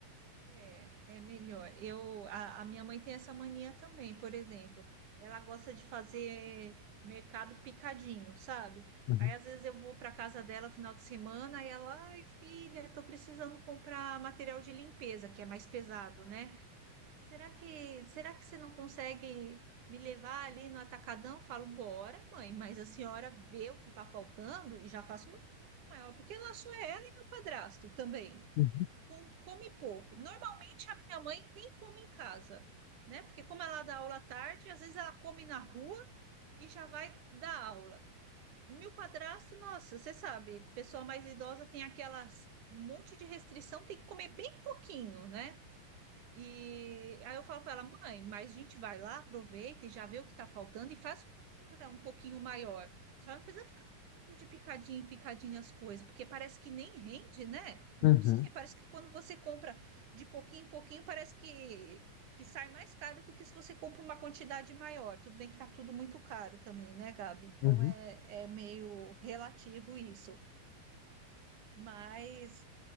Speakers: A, on the right; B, on the left.
A: É, é melhor. Eu, a, a minha mãe tem essa mania também, por exemplo. Ela gosta de fazer mercado picadinho, sabe?
B: Uhum,
A: Aí às vezes eu vou para casa dela final de semana e ela, ai, filha, tô precisando comprar material de limpeza, que é mais pesado, né? Será que, será que você não consegue me levar ali no atacadão? Eu falo, bora, mãe, mas a senhora vê o que tá faltando e já faço uma maior, porque lá só é ela e meu padrasto também
B: uhum,
A: com- come pouco. Normalmente a minha mãe nem come em casa, né? Porque como ela dá aula à tarde, às vezes ela come na rua e já vai dar aula. Meu padrasto, nossa, você sabe, pessoa mais idosa tem aquelas um monte de restrição, tem que comer bem pouquinho, né? E aí eu falo para ela, mãe, mas a gente vai lá, aproveita e já vê o que está faltando e faz comprar um pouquinho maior. Só não precisa ficar comprando de picadinho em picadinho as coisas, porque parece que nem rende, né? Eu
B: uhum,
A: não sei, parece que quando você compra de pouquinho em pouquinho, parece que, que sai mais caro do que se você compra uma quantidade maior. Tudo bem que está tudo muito caro também, né, Gabi? Então
B: uhum,
A: é, é meio relativo isso. Mas